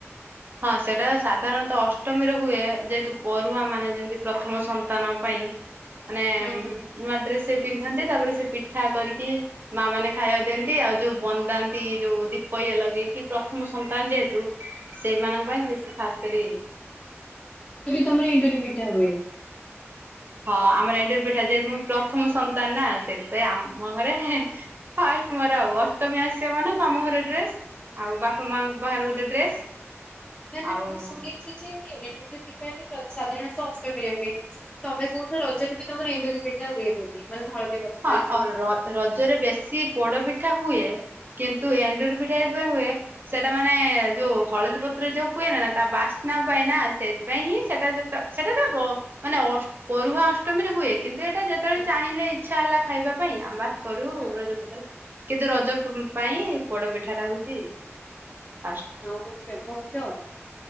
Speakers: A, on the right; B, on the left.
A: ହଁ ସେଟା ସାଧାରଣତଃ ଅଷ୍ଟମୀରେ ହୁଏ, ଯେହେତୁ ପରୁଆ ମାନେ ଯେମିତି ପ୍ରଥମ ସନ୍ତାନ ପାଇଁ। ମାନେ,
B: ହୁଁ ହୁଁ ହୁଁ
A: ନୂଆଁ ଡ୍ରେସ ସେ ପିନ୍ଧନ୍ତି, ତାପରେ ସେ ପିଠା କରିକି ମା ମାନେ ଖାଇବାକୁ
B: ହୁଁ
A: ଦିଅନ୍ତି, ଆଉ ଯୋଉ ବନ୍ଦାନ୍ତି ଯୋଉ ଦୀପ ଇଏ ଲଗେଇକି ପ୍ରଥମ ସନ୍ତାନ ଯେହେତୁ। ସେଇମାନଙ୍କ ପାଇଁ ବେସି ଖାସ୍ କରି
B: ତମର ଏଣ୍ଡୁରି ପିଠା ହୁଏ?
A: ହଁ ଆମର ଏଣ୍ଡୁରି ପିଠା, ଯେହେତୁ ମୁଁ ପ୍ରଥମ ସନ୍ତାନ ନା ସେଇଥିପାଇଁ ଆମ ଘରେ ହେ ତୁମର ଆଉ ଅଷ୍ଟମୀ ଆସିବା ମାନେ, ମାମୁଁ ଘର ଡ୍ରେସ ଆଉ ବାପା ମାଙ୍କ ପାଖରେ ଗୋଟେ ଡ୍ରେସ।
B: ନାଁ ନାଁ
A: ଆଉ
B: ମୁଁ ଶୁଣିଛି, ଯେ ଏଣ୍ଡୁରି ପିଠା ସାଧାରଣତଃ ଅଷ୍ଟମୀରେ ହୁଏ। ତମେ କହୁଛ ରଜରେ ବି ତମର ଏଣ୍ଡୁରି ପିଠା ହୁଏ ବୋଲି। ପତ୍ରରେ
A: ହଁ,
B: ଯୋଉ
A: ଆ ରଜରେ ବେଶୀ ପୋଡ ପିଠା ହୁଏ। କିନ୍ତୁ,
B: ହୁଁ
A: ଏଣ୍ଡୁରି ପିଠାବି ହୁଏ,। ସେଟା ମାନେ, ଯୋଉ ହଳଦୀ ପତ୍ର ଯୋଉ ହୁଏ ନା ନା ତା ବାସ୍ନା ପାଇଁ ନା ସେଥିପାଇଁ ହିଁ ସେଟା ଯେ ସେଇଟାତ ର ମାନେ ପରୁହା ଅଷ୍ଟମୀରେ ହୁଏ କିନ୍ତୁ ଏ ଯେତେବେଳେ
B: ହୁଁ
A: ଚାହିଁଲେ ଇଚ୍ଛା ହେଲା ଖାଇବା ପାଇଁ, ଆମେ ବାସ କରୁ
B: ହୁଁ
A: ରଜପତରେ ଖାଉ କିନ୍ତୁ ରଜ ପାଇଁ ପୋଡ ପିଠାଟା ହଉଛି, ଫାଷ୍ଟ
B: ହଁ ମୁଖ୍ୟ ମୁଖ୍ୟ